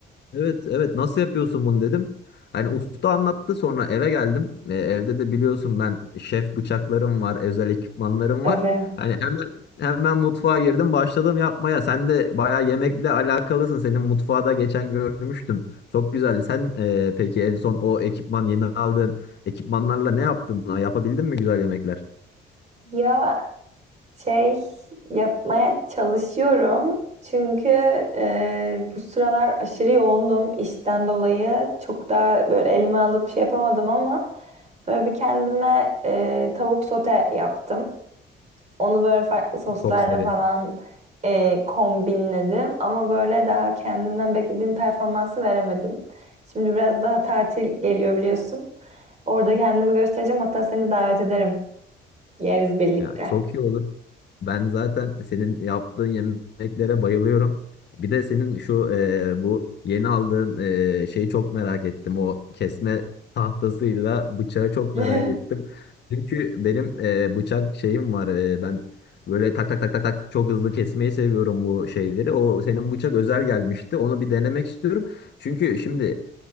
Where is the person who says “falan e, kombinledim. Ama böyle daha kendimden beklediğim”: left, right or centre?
Right